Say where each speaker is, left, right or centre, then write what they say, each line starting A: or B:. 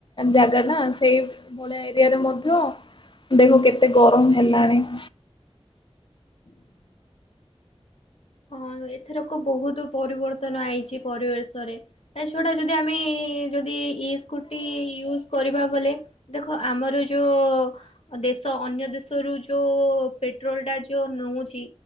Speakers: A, on the left; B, on the left.
A: ଜାଗା ନା ସେଇ ଭଳିଆ ଏରିଆରେ ମଧ୍ୟ ଦେଖ କେତେ ଗରମ ହେଲାଣି। <inaudible>
B: ହଁ ଏଥରକ ବହୁତ ପରିବର୍ତ୍ତନ ହେଇଛି ପରିବେଶ ରେ ତା ଛୁଡା ଯଦି ଆମେ ଯଦି ଇ ସ୍କୁଟି ୟୁଜ କରିବା ବଲେ ଦେଖ ଆମର ଯୋଉଁ ଦେଶ ଅନ୍ୟ ଦେଶରୁ ଯୋଉଁ ପେ ପେଟ୍ରୋଲ ଟା ଯୋଉଁ ନେଉଛି